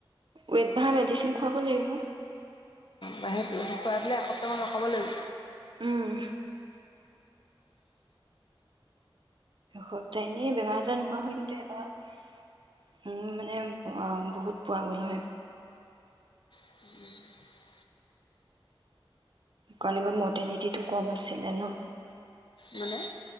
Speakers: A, on the right (about 60°); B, on the left (about 60°).
A: ৱেট ভাৰ মেডিচিন খুৱাব লাগিব
B: বাহি প খুৱাই পেলাই এসপ্তাহমান ৰখাব লাগিব
A: উম সপ্তাহ এনেই বেমাৰ আজাৰ নোহোৱা হয় কিন্তু এবাৰ মানে বহুত পোৱা গ'ল হয়
B: উম
A: কালিমাণ মৰ্টেলিটিটো কম আছিলে ন
B: মানে